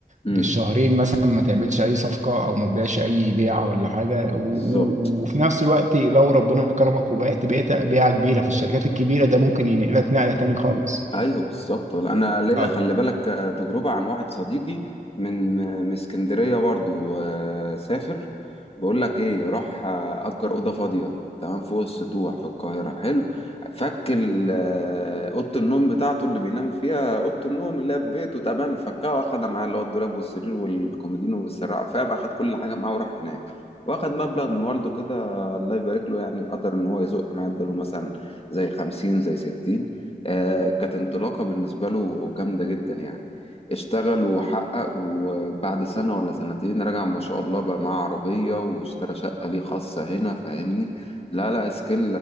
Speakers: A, on the left; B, on the right.
A: امم
B: بالشهرين مثلا ما تعملش اي صفقة او ما تبيعش اي بيع ولا حاجة و... و...
A: بالظبط
B: وفي نفس الوقت لو ربنا كرمك وبقيت بقيت بيعة كبيرة في الشركات الكبيرة ده ممكن ينقلك نقلة تاني خالص
A: ايوه بالظبط ولا انا ليا
B: اه
A: خلي بالك آه، تجربه عن واحد صديقي من من اسكندريه برضو آه، سافر بقول لك ايه راح آه، اجر اوضه فاضيه تمام فوق السطوح في القاهره حلو فك ال- آه، اوضه النوم بتاعته اللي بينام فيها اوضه النوم اللي هي في بيته تمام فكها واخدها معاه اللي هو الدولاب والسرير والكومودينو والسراعه فاهم اخد كل حاجه معاه وراح هناك واخد مبلغ من والده كده الله يبارك له يعني قدر ان هو يزق معاه اداله مثلا زي خمسين زي ستين آه، كانت انطلاقة بالنسبة له جامدة جدا يعني اشتغل وحقق وبعد سنة ولا سنتين رجع ما شاء الله بقى معاه عربية واشترى شقة ليه خاصة هنا فاهمني لا لا سكيل